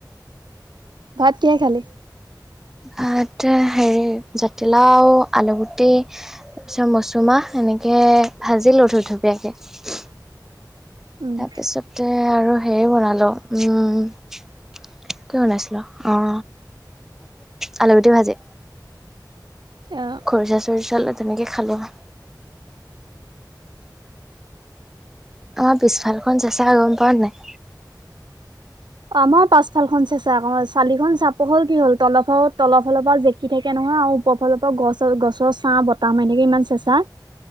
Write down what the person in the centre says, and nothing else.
ভাত হেৰি জাতিলাও, আলুগুটি তাৰপিছত মচুমাহ এনেকে ভাজিলো থুপথুপীয়াকে
তাৰপিছতে আৰু হে বনালো উম কি বনাইছিলো অ আলুগুটি ভাজি
খৰিচা চৰিচা লৈ তেনেকে খালো আমাৰ পিছফালখন চেচা গম পাৱ নাই?